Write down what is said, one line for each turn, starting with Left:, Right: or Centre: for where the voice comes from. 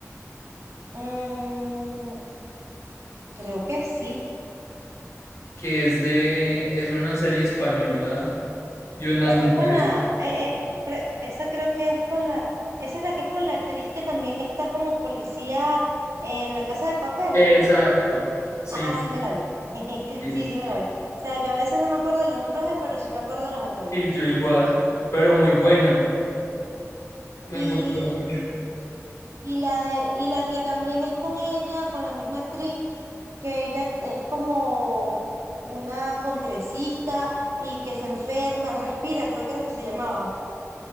Right: Mm, creo que sí.
Left: que es de, es una serie española de unas
Right: Es
Left: mujeres.
Right: con la, eh, eh, cre- esa creo que es con la, esa es la que es con la actriz que también está como policía en La Casa de Papel.
Left: Exacto, sí,
Right: Ah, sí me la vi. <laughs>
Left: sí,
Right: Sí, sí me la vi. O sea, yo a veces no me acuerdo de los nombres, de- pero sí me acuerdo de los actores.
Left: sí, yo igual,
Right: Ah.
Left: pero muy buena, me
Right: Y,
Left: gustó mucho.
Right: y la de, y la que también es con ella, con la misma actriz, que ella es como una congresista y que se enferma, respira, creo que era que se llamaba.